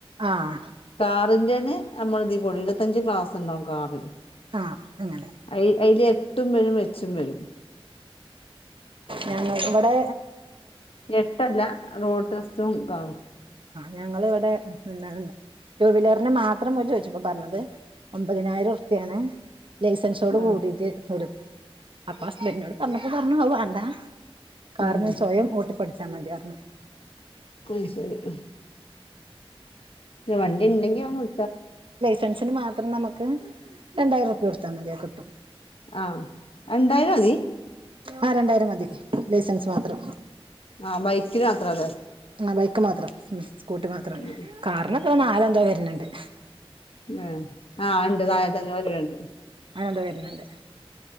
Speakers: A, on the right (about 60°); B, on the left (about 65°).
A: ആഹ്
B: കാറിന്റെ ത് ഞമ്മൾതിന് ഇരുപത്തിഅഞ്ചു ക്ലാസ്സ്‌ ഉണ്ടാകും കാറി
A: ആഹ് അങ്ങനെ
B: അയി അയില് എട്ടും വരും എച്ചും വരും
A: ഞങ്ങൾക്കിവിടെ
B: എട്ട് അല്ല റോഡ്‌ ടെസ്റ്റ്‌ ഉം ആവും
A: ഞങ്ങൾ ഇവിടെ എന്താണ് ടു വീലറിന് മാത്രം ത്രം ചോദിച്ചപ്പോൾ പറഞ്ഞത് ഒൻമ്പതിനായിരം ർപേണ് ലൈസൻസ് ഓട്
B: ആഹ്
A: കൂടീട്ട് അവര് അപ്പ ഹസ്ബൻഡിനോട് പറഞ്ഞപ്പ പറഞ്ഞു അത് വേണ്ട കാരണം
B: ഉം
A: സ്വയം ഓട്ടിപ്പടി <unintelligible>
B: <unintelligible>
A: <inaudible>
B: വണ്ടിണ്ടെങ്കിൽ വന്നു
A: പെൻഷന് മാത്രം നമുക്ക് രണ്ടായിരം റുപ്യ കൊടുത്താൽ മതിയാകും
B: ആഹ് അത് ന്തായാലും
A: ആ രണ്ടായിരം മതി ലൈസൻസ് മാത്രം
B: ആഹ് ബൈക്കിൽ മാത്രാണ്
A: ആഹ് ബൈക്ക് മാത്രം കൂട്ട്മാത്രല്ലേ
B: ഉം
A: കാറിനിപ്പ നാലോ അഞ്ചോ വരാണ് <inaudible>
B: മം ആഹ് ഉണ്ട് താഴത്തേക്ക് വരനുണ്ട്
A: അങ്ങട് വരനിണ്ട്